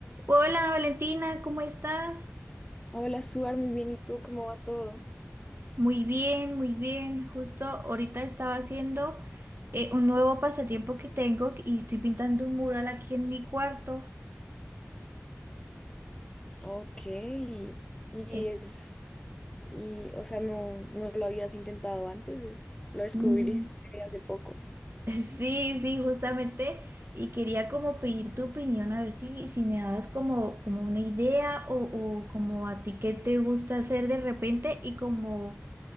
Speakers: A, on the right; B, on the left.
A: Hola Valentina, ¿cómo estás?
B: Hola, Suar, muy bien. ¿Y tú cómo va todo?
A: Muy bien, muy bien. Justo ahorita estaba haciendo eh, un nuevo pasatiempo que tengo y estoy pintando un mural aquí en mi cuarto.
B: Ok, y, y
A: Eh,
B: es, y, o sea, no, no lo habías intentado antes, es- lo descubriste
A: mm,
B: hace poco.
A: <laughs> sí, sí, justamente. Y quería como pedir tu opinión, a ver si, si me dabas como, como una idea o, o como a ti qué te gusta hacer de repente y como,